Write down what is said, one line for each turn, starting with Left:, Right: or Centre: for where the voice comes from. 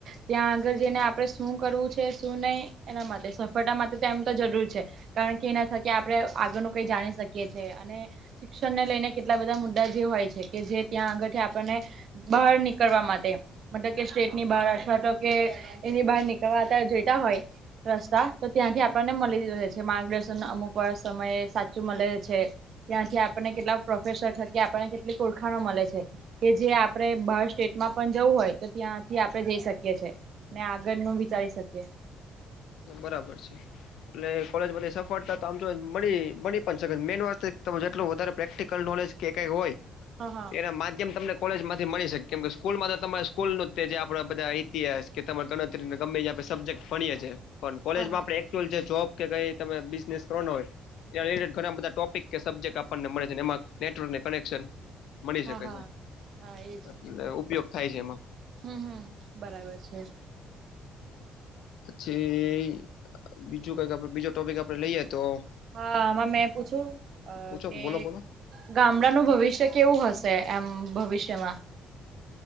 Right: ત્યાં આગળ જઈને આપણે શું કરવું છે શું નહી એના માટે <inaudible> તેમ તો જરૂર છે કારણ કે એના થકી આપણે આગળનું કઈ જાણી શકીએ છીએ અને શિક્ષણ ને લઈને કેટલા બધા મુદ્દા જે હોય છે કે જે ત્યાં આગળથી આપણને- - બહાર નીકળવા માટે- - મતલબ કે સ્ટેટ ની બહાર અથવા તો કે એની બહાર નીકળવાતા જોઈતા હોય રસ્તા તો ત્યાંથી આપણને મળી રહે છે માર્ગદર્શન અમુક વાર સમયે સાચું મળે છે. ત્યાંથી આપણને કેટલા પ્રોફેસર થકી આપણને કેટલી ઓળખાણો મળે છે. કે જે આપણેે બાર સ્ટેટમાં પણ જવું હોય તો ત્યાંથી આપણે જઈ શકીએ. ને આગળ નું વિચારી શકીએ.
Left: બરાબર છે એટલે કોલેજમાંથી સફળતા તો આમ જોવે તો મળી મળી પણ શકે મેન વસ્તુ ઈ કે તમે જેટલું વધારે પ્રેક્ટિકલ નોલેજ કે કઈ હોય
Right: હા હા
Left: એના માધ્યમ તમને કોલેજ માંથી મળી શકે કેમ કે સ્કૂલમાં તો તમારે સ્કૂલ ન જે આપણા બધા ઇતિહાસ કે તમા ગણ ગમે ન્યા આપણે સબજેકટ ભણીએ છીએ, પણ કોલેજમાં
Right: હા હા
Left: આપે જોબ કે કઈ તમે બિઝનેસ કરવાનો હોય ટે ઘણા બધા ટોપિક કે સબ્જેક્ટ આપણને મળે છે, એમાં નેટવર્ક ને કનેક્શન મળી શકે
Right: હા હા.
Left: છે,
Right: હા એજ
Left: એટલે ઉપયોગ થાય છે એમાં
Right: હમ હમ બરાબર છે.
Left: પછી બીજું કઈક આપડ બીજો ટોપિક આપડે લઈએ તો
Right: હા આમાં મેં પૂછું
Left: પૂછો
Right: કે
Left: બોલો બોલો
Right: ગામડાનું ભવિષ્ય કેવું હશે એમ ભવિષ્યમાં?